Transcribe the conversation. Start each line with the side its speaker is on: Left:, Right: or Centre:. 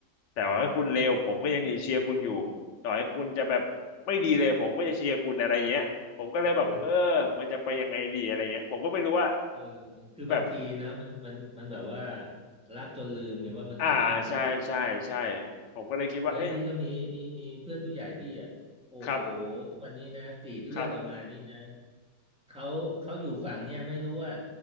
Left: แต่ว่าให้คุณเลวผมก็ยังอยู่เชียร์คุณอยู่ต่อให้คุณจะแบบไม่ดีเลยผมก็จะเชียร์คุณอะไรอย่างเงี้ยผมก็เลยแบบเออ
Centre: อ
Left: มันจะไปยังไงดีอะไรเงี้ยผมก็ไม่รู้ว่า
Centre: เออคือบางทีนะมันมันมันแบบว่า
Left: แบบ
Centre: รักจนลืมไงว่ามันถูกหรือผิด
Left: อ่าใช่ใช่ใช่ผมก็เลยคิดว่าเอ๊ะ
Centre: เฮ้ยพี่ก็มีพี่มีเพื่อนผู้ใหญ่พี่อ่ะโอ้โห
Left: ครับ
Centre: วันนี้นะกรีดเลือดออกมานี่นะ
Left: ครับ
Centre: เขาเขาอยู่ฝั่งเนี่ยไม่รู้ว่า